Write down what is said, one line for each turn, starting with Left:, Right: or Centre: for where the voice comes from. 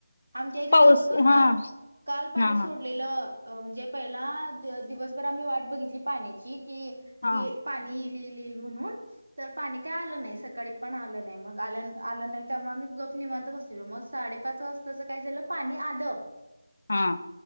Right: आमच्या इथे
Left: पाऊस
Right: तर बघा
Left: हा
Right: काल काल पाणी
Left: हा
Right: सोडलेलं.
Left: हा
Right: अ म्हणजे पहिला दिवसभर आम्ही वाट बघितली पाण्याची की
Left: हा
Right: की पाणी इल ईल. म्हणून तर पाणी काय आलं नाही सकाळी पण आलं नाही मग आल्यानंत आलं नाही त्यामुळे आम्ही गप निवांत बसलेलो मग साडेपाच वाजताच काय झालं पाणी आलं.
Left: हा.